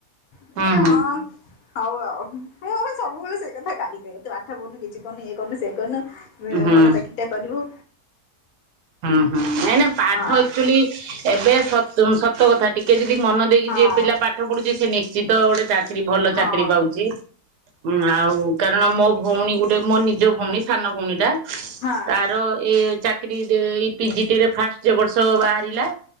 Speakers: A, on the right; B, on the left.
A: ହୁଁ
B: ମୁଁ କହିଲି
A: ହୁଁ
B: ହଁ। ହଉ ଆଉ ମୋ ମମି ସବୁବେଳେ ସେଇ କଥା ଗାଳି କରେ ତୁ ପାଠ ପଢନୁ କି? କିଛି କରୁନୁ ଇଏ କରୁନୁ ସେ କନ
A: ହୁଁ ହୁଁ
B: ଭଲ ଚାକିରୀଟେ କରିବୁ।
A: ହୁଁ ହୁଁ ନାଇଁ ନାଇଁ ପାଠ
B: ହଁ
A: ଏକଚୁଆଲି ଏବେ ସତ ସତ୍ ଠ ଟା ଟିକେ ଯଦି ମନ ଦେଇକି
B: ହଁ।
A: ଯିଏ ପିଲା ପାଠ ପଢୁଚି ସେ ନିଶ୍ଚ ଶ୍ଚିତ ଗୋଟେ ପା ଚାକିରି ଭଲ
B: ହଁ
A: ଚାକିରି ପାଉଚି। ଉଁ ଆଉ କାରଣ ମୋ ଭଉଣୀ ଗୋଟେ ମୋ ନିଜ ଭଉଣୀ ସାନ ଭଉଣୀ ଟା
B: ହଁ
A: ତାର ଏଇ ଚା କିରି ଦେଇ ପିଯିଟି ରେ ଫାଷ୍ଟ ଯେ ବର୍ଷ ବାହାରିଲା।